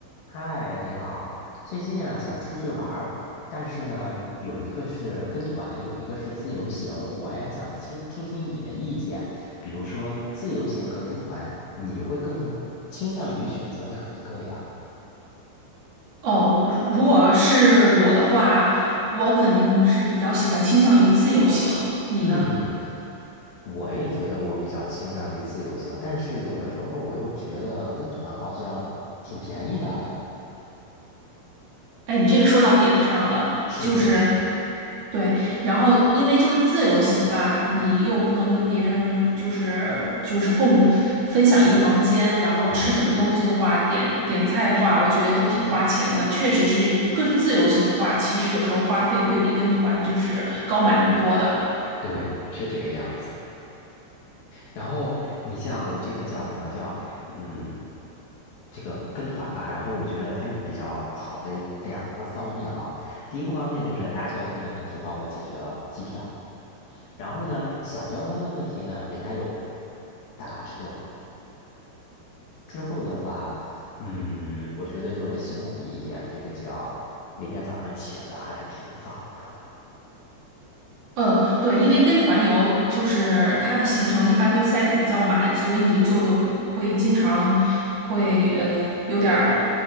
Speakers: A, on the left (about 60°); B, on the right (about 60°).
A: 嗨，你好。最近啊，想出去玩儿，但是呢，有一个是跟团，有一个是自由行。我呀，想听听听你的意见。比如说，自由行和跟团，你会更倾向于选择哪一个呀？
B: 哦，如如果是我的话，我肯定是比较喜欢倾向于自由行。你呢？
A: 嗯，我也觉得我比较倾向于自由行，但是有的时候我又觉得跟团好像挺便宜的哎。
B: 哎，你这个说到点子上了，
A: 是是是，
B: 就是对，然后因为就是自由行吧，你又不能跟别人就是就是共分享一个房间，然后吃什么东西的话，
A: 对
B: 点点菜的话，我觉得都挺花钱的。确实是，个自由行的话，其实有时候花费会比跟团就是高蛮多的。
A: 对，是这个样子。然后你像这个叫什么叫嗯，这个跟团吧，然后我觉得它有比较好的两个方面啊。第一个方面就是大交通的问题帮我解决了机票，然后呢，小交通的问题呢，人家有大巴车。之后的话，嗯，我觉得就是辛苦一点，这个叫每天早上起的还是挺早的。
B: 嗯，对，因为跟团游就是它的行程一般都塞得比较满，所以你就有会经常会呃有点儿